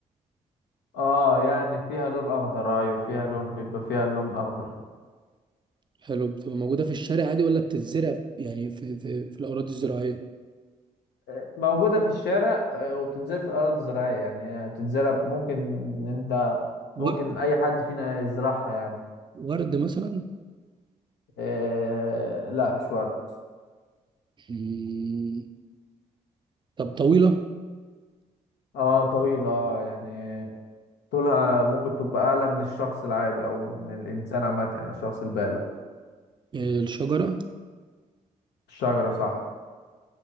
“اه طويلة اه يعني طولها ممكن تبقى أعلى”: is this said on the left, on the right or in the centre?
Left